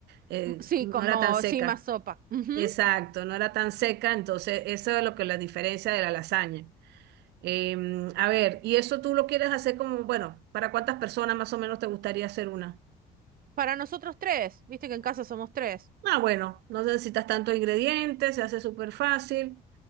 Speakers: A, on the right; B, on the right.
A: eh,
B: Mm, Sí,
A: no
B: como,
A: era tan seca.
B: sí, más sopa. Ujú.
A: Exacto, no era tan seca, entonces eso es lo que la diferencia de la lasaña. Em, a ver, y eso tú lo quieres hacer como, bueno, ¿para cuántas personas más o menos te gustaría hacer una?
B: Para nosotros tres. Viste que en casa somos tres.
A: Ah, bueno, no necesitas tantos ingredientes, se hace súper fácil.